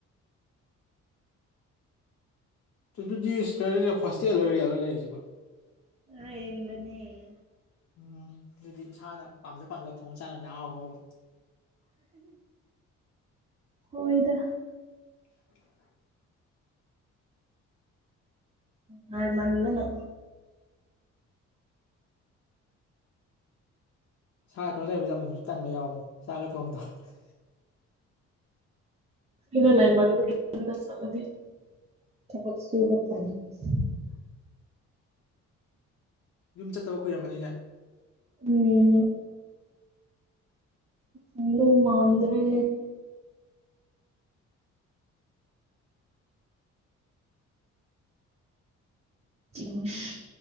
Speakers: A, on the left; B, on the right.
A: ꯑꯗꯨꯗꯤ ꯁꯤꯁꯇ ꯍꯣꯁꯇꯦꯜ ꯔꯦꯟꯂꯣ ꯂꯩꯔꯤꯁꯤꯕꯣ꯫
B: ꯔꯦꯟꯗꯅꯦ꯫
A: ꯎꯝ ꯑꯗꯨꯗꯤ ꯏꯁꯥꯅ ꯄꯥꯝꯖ ꯄꯥꯝꯖꯕ ꯊꯣꯡ <unintelligible> ꯑꯍꯥꯎ ꯍꯥꯎꯕ꯫
B: ꯍꯣꯏꯗ꯫
A: <unintelligible>
B: ꯃꯥꯟ ꯃꯟꯗꯅ꯫
A: ꯁꯥꯇꯧꯔꯒ ꯂꯩꯔꯝꯕꯁꯦ ꯑꯃꯨꯛꯁꯨ ꯑꯃꯨꯛꯁꯨ ꯇꯟꯕ ꯌꯥꯎꯕꯅꯦ ꯆꯥꯛꯒ ꯊꯣꯡ <unintelligible>
B: <unintelligible>
A: ꯌꯨꯝ ꯆꯠꯇꯕ ꯀꯨꯏꯔꯝꯃꯅꯤꯅꯦ꯫
B: ꯎꯝ꯫ ꯍꯟꯗꯧ ꯃꯥꯟꯗ꯭ꯔꯦ꯫ <unintelligible>